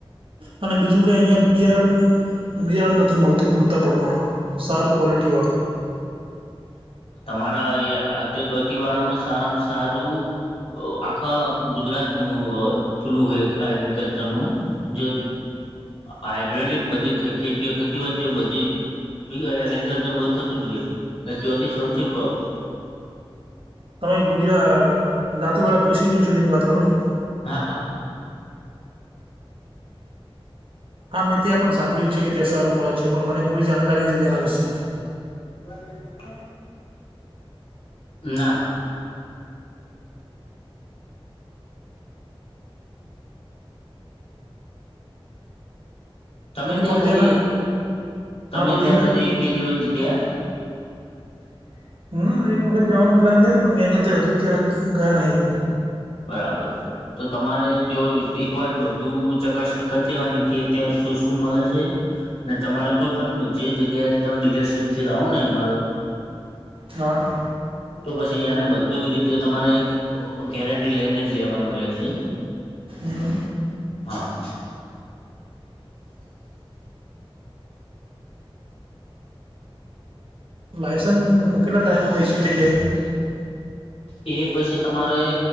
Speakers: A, on the right; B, on the left.
A: અને બીજું કે અહીંયા બિયારણ બિરાણ નથી મળતું પૂરતાં પ્રમાણમાં સારુ ક્વૉલિટીવાળુ <inaudible>
B: તમારા દોતી વાળામાં સારામાં સારુ આખા ગુજરાતનુ હુ <unintelligible> હોય એગ્રીકલચરનું જે હાડ્રોલિક બધી ખેતીઓ થતી હોય, તે બધી એગ્રીિકલ્ચર બહુ થતુજ હોય. ત્યાંથી સૌથી હા
A: તમે ગુજરાત દાતીવા કશિ ઇનિટીની વાત કરો ને
B: હા, હા
A: હા, મેં ત્યાં પણ સાંભળ્યું જ છે, કે ત્યાં સારુ મળે છે. પણ મને પૂરી જાણકારી નથી તેેના વિશે
B: <unintelligible> ના <inaudible> તમે ત્યાં
A: થોડી ત્યાંના
B: કદી તમે
A: હા બોલીએ
B: ત્યાં
A: સાહેબ
B: કદી કે દિવસ ગયા.
A: <inaudible> ના, એક વખત જવાનો પ્લાન થયોતો પણ કેન્સલ થયો તો ત્યા ગયા નહી
B: બરાબર તો, તમારે તો એક વાર બધું ચકાસને કરી દેવાની કે ત્યાં શુ શુ મળે છે. ને તમારે કોઈ પણ જે જગ્યાથી તમે ડીલરશીપથી લાવો ને માલ
A: હા.
B: તો, પછી એને બધું રીતે તમારે ગેરેંટી લઈને જ લેવાનું રહેશે.
A: એવુ
B: હા.
A: લાયસન્સ કેટલા ટાઈમમાં ઇશ્યુ થઈ જાય.
B: એ પછી તમારે